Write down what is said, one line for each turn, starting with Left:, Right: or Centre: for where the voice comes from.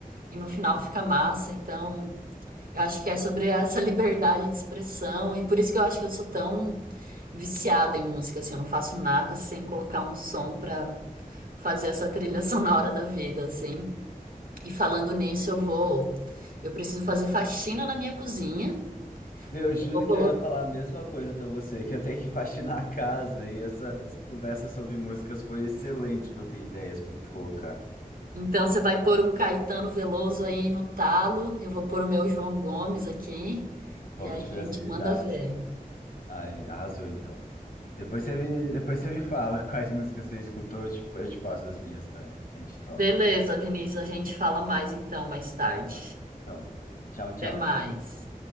Right: e no final fica massa. Então, eu acho que é sobre essa <laughs> liberdade de expressão e por isso que eu acho que eu sou tão viciada em música, assim, eu não faço nada sem colocar um som pra fazer essa trilha <laughs> sonora da vida, assim. E falando nisso, eu vou, eu preciso fazer faxina na minha cozinha.
Left: Meu, eu juro
Right: Eu vou colocar
Left: que eu ia falar a mesma coisa pra você, que eu tenho que faxinar a casa e essa, essa conversa sobre músicas foi excelente pra eu ter ideias para que colocar.
Right: Então você vai pôr um Caetano Veloso aí no talo, eu vou pôr o meu João Gomes aqui
Left: Vamos
Right: e a
Left: de
Right: gente
Left: brasilidades.
Right: manda ver.
Left: Ai, arrasou então. Depois você me, depois você me fala <laughs> quais músicas você escutou, eu te, eu te passo as minhas também. A gente troca.
Right: Beleza, Vinícius, a gente fala mais então mais tarde.
Left: tá? Então, tchau, tchau.
Right: Até mais.